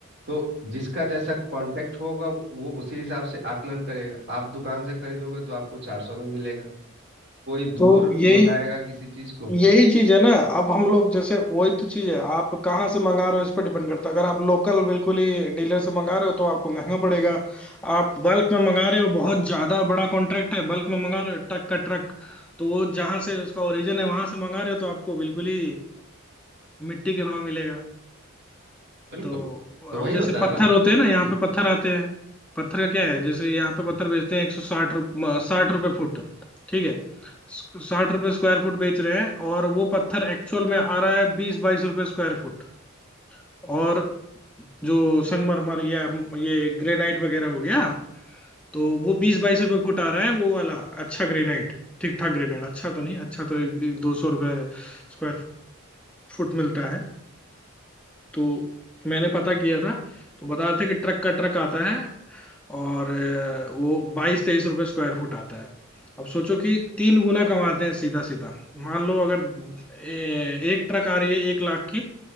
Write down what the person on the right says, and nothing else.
तो जिसका जैसा कांटेक्ट होगा वो उसी हिसाब से आकलन करेगा आप दुकान से खरीदोगे तो आपको चार सौ में मिलेगा कोई दूर
मंगाएगा किसी चीज को
बिल्कुल
तो
वही
होता
है ना
कि
जी